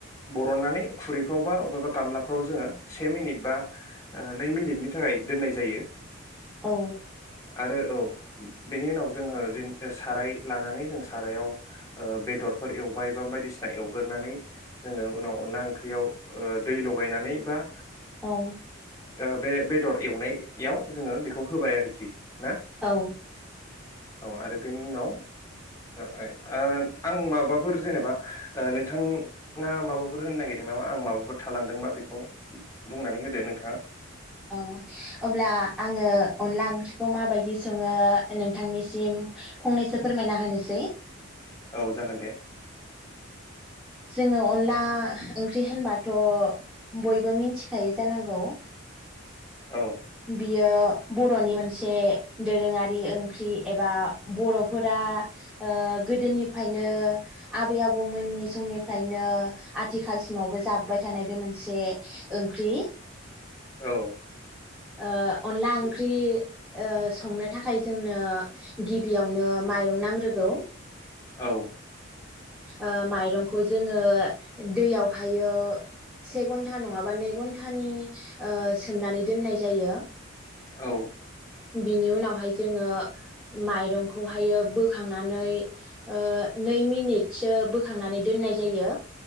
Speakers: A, on the left (about 15°); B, in the centre.
A: बरननानै खुरैफ्राव बा बबेबा गामलाफ्राव जोङो से मिनिट बा नै मिनिटनि थाखाय दोननाय जायो।
B: औ
A: आरो औ बेनि उनाव जोङो जेन साराय लानानै जों सारायाव ओ बेदरफोर एवबाय बा बायदिसिना एवगोरानै जोङो उनाव अनला ओंख्रियाव ओ दै लगायनानै बा
B: औ
A: ओ बे बेदर एवनायाव जोङो बेखौ होबाय आरोखि ना?
B: औ
A: औ आरो बेनि उनाव ओ आं माबाफोर जेनेबा नोंथाङा माबाफोर होनो नागिरदों नामा आं माबाफोर थालांदोंबा बेखौ बुंनानै होदो नोंथाङा
B: औ अब्ला आङो अनला ओंख्रिखौ माबादि सङो नोंथांनिसिम फंनैसो फोरमायना होनोसै
A: औ जागोन दे
B: जोङो अनला ओंख्रि होनबाथ' बयबो मिथिखायो जानांगौ।
A: औ
B: बियो बर'नि मोनसे दोरोङारि ओंख्रि एबा बर'फोरा ओ गोदोनिफ्रायनो आबै आबौमोननि समनिफ्रायनो आथिखालसिमावबो जाबोबाय थानाय बे मोनसे ओंख्रि
A: औ
B: ओ अनला ओंख्रि ओ संनो थाखाय जोंनो गिबियावनो माइरं नांग्रोगौ
A: औ
B: ओ माइरंखौ जोङो दैयावहायो से घन्टा नङाबा नै घन्टानि ओ सोमनानै दोननाय जायो,
A: औ
B: बिनि उनावहाय जोङो माइरंखौहायो बोखांनानै ओ नै मिनिटसो बोखांनानै दोननाय जायो,